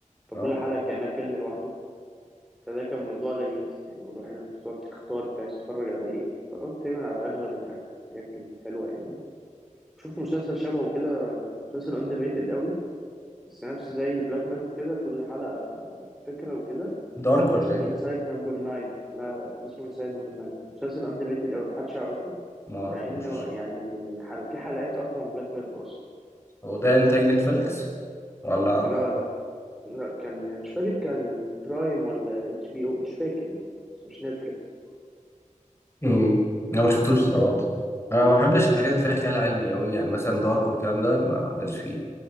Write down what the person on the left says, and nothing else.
اه
دارك
ولا ايه
ما اعرفوش
هو ده انتاج نتفليكس ولا
امم انا ما شفتوش الصراحه انا ما بحبش الحاجات اللي فيها خيال علمي قوي يعني مثلا دارك والكلام ده ما ماليش فيه